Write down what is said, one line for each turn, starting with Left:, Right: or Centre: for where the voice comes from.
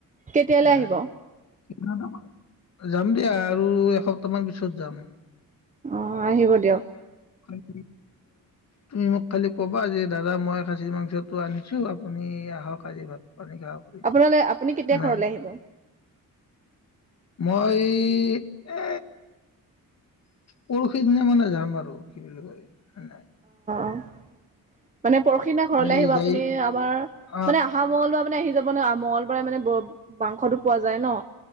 Right: কেতিয়ালৈ
Left: নাই
Right: আহিব?
Left: <unintelligible> যাম দিয়া আৰু এসপ্তাহ মান পিছত যাম।
Right: অ' আহিব দিয়ক।
Left: <unintelligible> ত তুমি মোক খালি কবা যে দাদা মই খাচী মাংসটো আনিছো আপুনি আহক আজি ভাত পানী খাওঁ বুলি
Right: আপোনাল আপুনি কেতিয়া
Left: নাই
Right: ঘৰলৈ আহিব?
Left: মই এ পৰহি দিনা মানে যাম আৰু, কি বুলি কয় ন নাই।
Right: অ মানে পৰহিদিনা ঘৰলে
Left: মই
Right: আহিব আপুনি
Left: যাই
Right: আমাৰ
Left: অ'
Right: মানে অহা মলোৱা আপুনি আহি যাব। মানে মঙ্লবাৰে মানে মাংসটো পোৱা যায় ন।